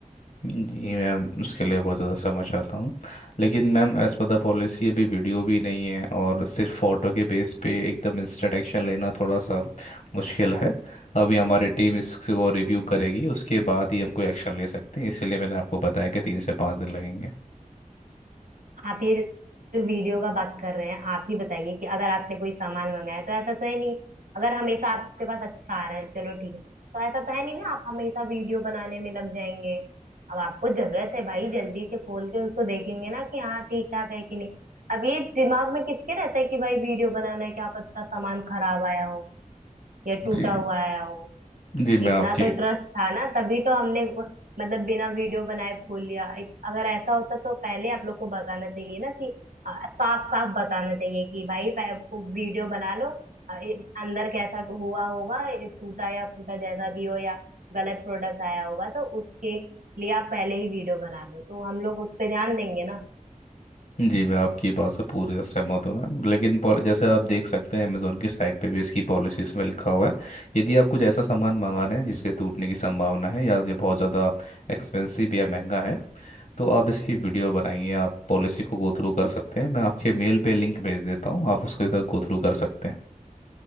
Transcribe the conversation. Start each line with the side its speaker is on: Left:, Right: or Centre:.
Left: जी मैम उसके लिए बहुत ज़्यादा समझ आता हूँ लेकिन ma'am as per the policy अभी वीडियो भी नहीं है और सिर्फ फ़ोटो के बेस पे एकदम इंस्टेंट एक्शन लेना थोड़ा सा मुश्किल है अभी हमारी टीम इसको रिव्यू करेगी उसके बाद ही हम कोई एक्शन ले सकते हैं इसीलिए मैंने आपको बताया कि तीन से पाँच दिन लगेंगे
Right: आप ये जो वीडियो का बात कर रहे हैं आप ही बताइए कि अगर आपने कोई सामान मंगाया है, तो ऐसा तो है नहीं अगर हमेशा आपके पास अच्छा आ रहा है चलो ठीक है तो ऐसा तो है नहीं ना आप हमेशा वीडियो बनाने में लग जाएंगे अब आपको जरूरत है भाई जल्दी से खोल के उसको देखेंगे ना कि हाँ ठीक ठाक है कि नहीं अब ये दिमाग में किसके रहता है कि भाई वीडियो बनाना है क्या पता सामान खराब आया हो या टूटा
Left: जी
Right: हुआ आया हो
Left: जी मैं
Right: इतना
Left: आपकी
Right: तो ट्रस्ट था ना तभी तो हमने वो- मतलब बिना वीडियो बनाए खोल लिया इत- अगर ऐसा होता तो पहले आप लोग को बताना चाहिए ना कि साफ साफ बताना चाहिए कि भाई वीडियो बना लो अ, ए- अंदर कैसा हुआ होगा ए, टूटा या फूटा जैसा भी हो या गलत प्रोडक्ट आया होगा तो उसके लिए आप पहले ही वीडियो बना लो तो हम लोग उस पे ध्यान देंगे ना
Left: जी मैं आपकी बात से पूरी सहमत हूँ मैं लेकिन पॉल- जैसे आप देख सकते हैं अमेजोन की साइट पे भी इसकी पॉलिसीज में लिखा हुआ है यदि आप कुछ ऐसा सामान मंगा रहे हैं जिसके टूटने की संभावना है या ये बहुत ज़्यादा एक्सपेंसिव या महंगा है तो आप इसकी वीडियो बनाइए आप पॉलिसी को गो थ्रू कर सकते हैं मैं आपके मेल पे लिंक भेज देता हूँ आप उसके साथ गो थ्रू कर सकते हैं